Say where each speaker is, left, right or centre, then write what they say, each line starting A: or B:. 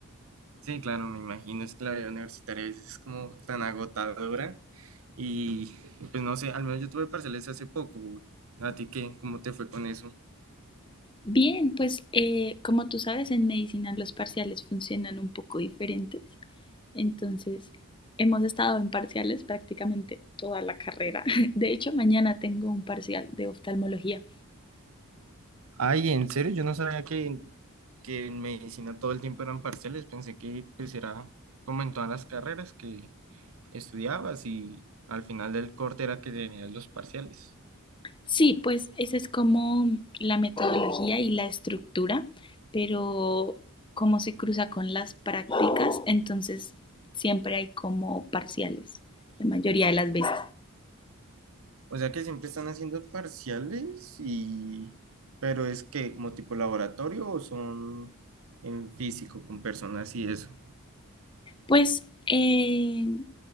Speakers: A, on the right; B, on the left.
A: Sí, claro, me imagino. Es que la vida universitaria a veces es como tan agotadora. Y pues no sé, al menos yo tuve parciales hace poco. ¿A ti qué? ¿Cómo te fue con eso?
B: Bien, pues eh, como tú sabes, en medicina los parciales funcionan un poco diferentes. Entonces, hemos estado en parciales prácticamente toda la carrera. <laughs> De hecho, mañana tengo un parcial de oftalmología.
A: Ay, ¿en serio? Yo no sabía que, que en medicina todo el tiempo eran parciales. Pensé que pues era como en todas las carreras que estudiabas y al final del corte era que tenías los parciales.
B: Sí, pues esa es como la metodología y la estructura, pero como se cruza con las prácticas, entonces siempre hay como parciales, la mayoría de las veces.
A: O sea que siempre están haciendo parciales y... Pero es que como tipo laboratorio o son en físico con personas y eso.
B: Pues eh,